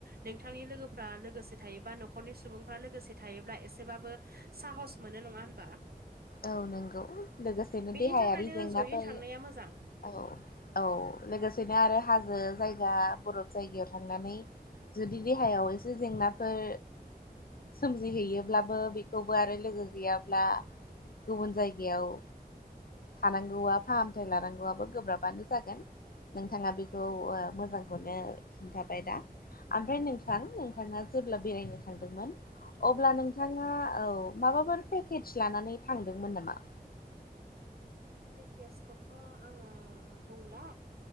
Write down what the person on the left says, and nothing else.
औ नंगौ लोगोसेनो
देहायारि
जेंनाफोर
औ औ लोगोसेनो आरो हाजो जायगा बरफ जायगायाव थांनानै जुदि देहायाव ज जेंनाफोर सोमजि हैयोब्लाबो बेखौबो आरो लोगो गैयाब्ला गुबुन जायगायाव थानांगौआ फाहामथाय लानांगौ आबो गोब्राबानो जागोन। नोंथाङा बेखौ ओ मोजांखौनो खिन्थाबाय दा। आमफ्राय नोंथां नोंथाङा जेब्ला बेरायनो थांदोंमोन अब्ला
नोंथाङा औ माबाफोर पेकेज लानानै थांदोंमोन नामा?